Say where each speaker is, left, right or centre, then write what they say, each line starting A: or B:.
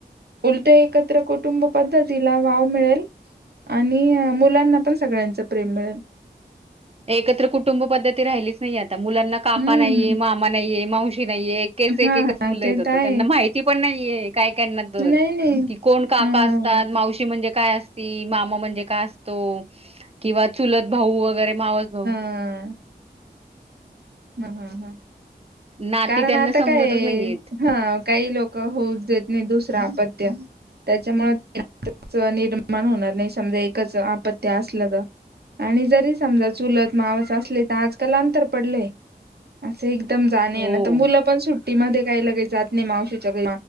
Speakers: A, on the right; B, on the right.
A: उलट एकत्र कुटुंब पद्धतीला वाव मिळेल. आणि मुलांना पण सगळ्यांच प्रेम मिळेल.
B: एकत्र कुटुंब पद्धती राहिलीच नाही आता मुलांना काका,
A: हम्म
B: नाहीये मामा, नाहीये मावशी, नाहीये एकच
A: हा
B: मुलं
A: हा ते
B: येत होत
A: तर आहे
B: त्यांना माहित ती पण नाहीये काय काना तर
A: नाही नाही
B: कि कोण काका
A: हम्म
B: असतात मावशी म्हणजे काय असं मामा म्हणजे काय असतो किंवा चुलत भाऊ वगैरे मावस भाऊ.
A: हम ह ह ह
B: नाती
A: कारण
B: त्यांना
A: आता
B: समजतच
A: काय?
B: नाहीयेत.
A: हा काही लोक होऊत देत नाही दुसरं अत्य त्याच्यामुळ निर्माण होणार नाही समजा एकच आपत्त्या असलं ग. आणि जरी समजा चुलत मावस असले तर आजकाल अंतर पडलंय. असे एकदम जाणे
B: हो.
A: आहे ना तर मुलं पण सुट तीमध्ये काही लगेच जात नाही मावशीच्या घरी